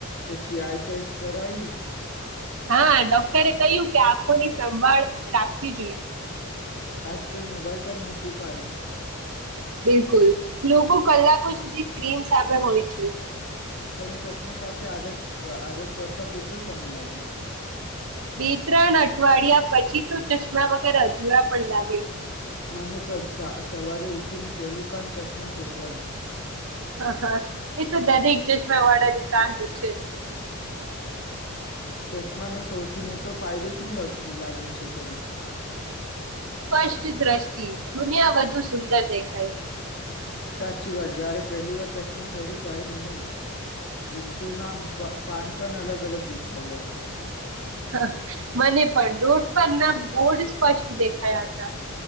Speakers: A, on the left (about 50°); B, on the right (about 65°).
A: પછી આઈ ટેસ્ટ કરાયું.
B: હા, ડોક્ટરે કહ્યું કે આંખોની સંભાળ રાખવી જોઈએ.
A: આજકાલ મોબાાઈલ પણ મોટું કારણ છે.
B: બિલકુલ, લોકો કલાકો સુધી સ્ક્રીન સામે હોય છે.
A: તને ચશ્માં સાથે આદત આદત પડતાં કેટલો સમય લાગ્યો?
B: બે ત્રણ અઠવાડિયા પછી તો ચશ્માં વગર અધૂરા પણ લાગે.
A: મને પણ સવારે ઉઠીને પહેલું કામ ચશ્માં શોધવાનું.
B: હા હા, એતો દરેક ચશમાં વાળાનું કામ છે.
A: ચશ્માંનો સૌથી મોટો ફાયદો શું લાગે છે તેને?
B: સ્પષ્ટ દ્રષ્ટિ, દુનિયા વધુ સુંદર દેખાય.
A: સાચી વાત, જ્યારે પહેલી વાર ચશ્માં પહેર્યું ત્યારે મને વૃક્ષોનાં પાન પણ અલગ અલગ દેખાવ્યા હતા.
B: હ મને પણ રોડ પરનાં બોડ સ્પષ્ટ દેખાયાં હતા.